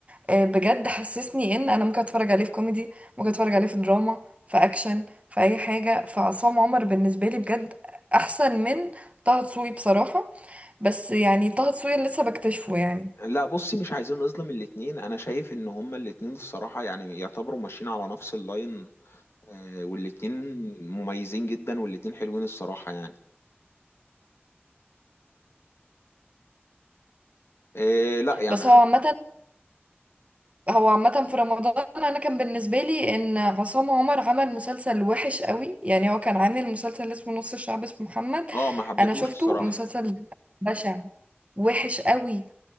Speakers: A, on the right; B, on the left.
A: آه، بجد حسسني ان انا ممكن اتفرج عليه في كوميدي ممكن اتفرج عليه في دراما في اكشن في اي حاجة فعصام عمر بالنسبة لي بجد احسن من طه دسوقي بصراحة بس يعني طه دسوقي لسه بكتشفه يعني
B: لا بصي مش عايزين نظلم الاتنين انا شايف ان هما الاتنين الصراحة يعني يعتبروا ماشيين على نفس اللاين آه، والاتنين مميزين جدا والاتنين حلوين الصراحة يعني آه، لا يعني
A: بس هو
B: أنا-
A: عامة هو عامة في رمضان انا كان بالنسبة لي ان عصام عمر عمل مسلسل وحش قوي يعني هو كان عامل مسلسل اسمه نص الشعب اسمه محمد
B: اه ما حبيتهوش
A: انا شفته
B: الصراحة
A: مسلسل بشع وحش قوي